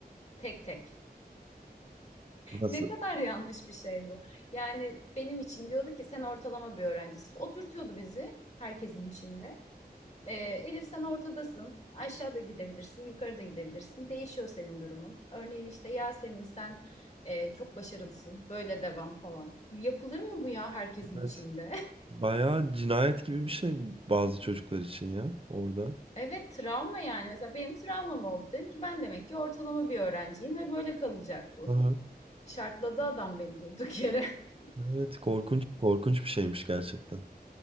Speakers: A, on the left (about 45°); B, on the right (about 35°).
A: Tek tek.
B: Nasıl?
A: Ne kadar yanlış bir şey bu. Yani benim için diyordu ki sen ortalama bir öğrencisin. Oturtuyordu bizi herkesin içinde. E, Elif sen ortadasın. Aşağıda gidebilirsin, yukarıda gidebilirsin. Değişiyor senin durumun. Örneğin işte Yasemin sen e, çok başarılısın. Böyle devam falan. Yapılır mı bu ya herkesin
B: Evet.
A: içinde? <laughs>
B: Bayağı cinayet gibi bir şey bazı çocuklar için ya orada.
A: Evet travma yani. Mesela benim travmam oldu. Dedim ki ben demek ki ortalama bir öğrenciyim ve böyle kalacak bu.
B: Aha.
A: Şartladı adam beni durduk yere. <laughs>
B: Evet korkunç korkunç bir şeymiş gerçekten.